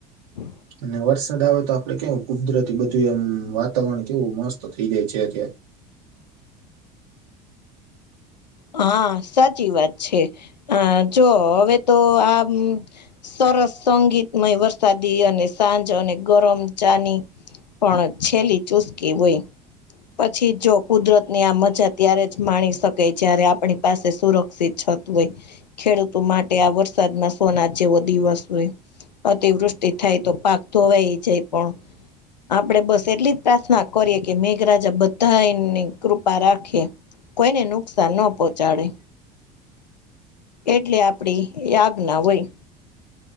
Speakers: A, on the left; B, on the right.
A: હમ.
B: અને વરસાદ આવે તો આપડે કેવું કુદરતી બધું એમ વાતાવરણ કેવું મસ્ત થઈ જાય છેતેયા.
A: હા સાચી વાત છે આ જોવોહવે તો આમ. સરસ સંગીતમય વરસાદી અને સાંજ અને ગરમ ચાની. પણ છેલ્લી ચુસકી હોય. પછી જો કુદરત. ની આ મજા ત્યારે જ માણી શકે જયારે આપણી પાસે સુરક્ષિત છત હોય. ખેડૂતો માટે આ વરસાદમાં સોનાજેવો દિવસ વસ્તુ હોય. અતિવૃષ્ટિ થાય તો પાક ધોવાઈ જાય પણ. આપણે બસ એટલી જ પ્રાર્થના કરીએ કે મેઘરાજા બધાની કૃપા રાખીએ. કોઈ નેનુ. નુકસાન ન પહોંચાડે એટલે આપડી યાજ્ઞા હોય.